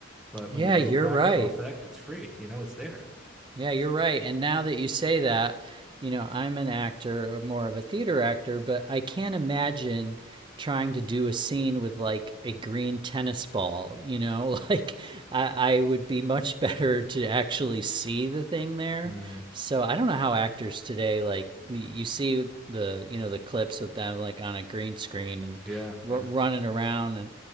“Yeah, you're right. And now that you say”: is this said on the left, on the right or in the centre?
Right